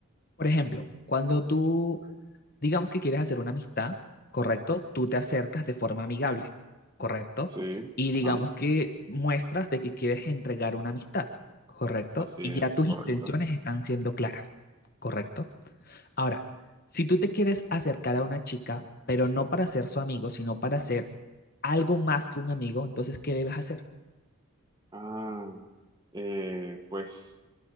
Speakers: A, on the left; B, on the right.
A: Por ejemplo, cuando tú Digamos que quieres hacer una amistad, ¿correcto? Tú te acercas de forma amigable, ¿correcto?
B: Sí,
A: Y digamos
B: ajá,
A: que muestras de que quieres entregar una amistad, ¿correcto?
B: así
A: Y
B: es,
A: ya tus
B: correcto.
A: intenciones están siendo claras, ¿correcto? Ahora, si tú te quieres acercar a una chica, pero no para ser su amigo, sino para ser algo más que un amigo, entonces, ¿qué debes hacer?
B: Ah, eh, pues